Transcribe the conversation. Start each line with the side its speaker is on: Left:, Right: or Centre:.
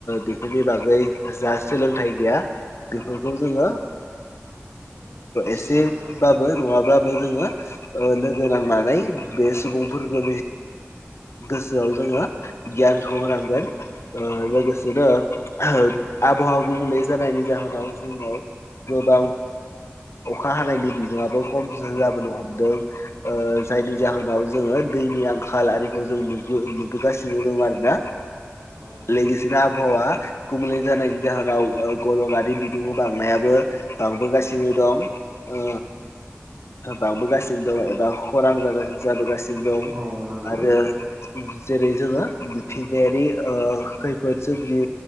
Left: बेफोरनि बागै जा सोलोंथाइ गैया बेफोरखौ
Right: औ
Left: जोङो
Right: सोलोंनांगौ
Left: एसे बा। नङाब्लाबो जोङो। लोगो नांनानै बे
Right: औ
Left: सुबुंफोरखौ गोसोआव जोङो। गियानखौ होनांगोन
Right: औ
Left: लोगोसे। बिदिनो आबहावा गुबुंले जानायनि जाहोनाव जोंनाव
Right: औ
Left: गोबां अखा हानायनि बिगङाबो खम
Right: औ
Left: जाबोनो हमदों। जायनि जाहोनाव जोङो दैनि आंखाल आरिखौ जोंु नुबोगासिनो दं आरो ना। <inaudible>
Right: औ।
Left: बायदिसिना आबहावा गुबुंलै जानायनि जाहोनाव गलंारि बिदुंङा बांनायाबो। दांबोगासिनो दं ओ बांबोगासिनो दं एबा खरां जाबोगासिनो दं
Right: औ औ नंगौ
Left: आरो जेरै जोङो मिथिंगायारि खैफोद सोमजि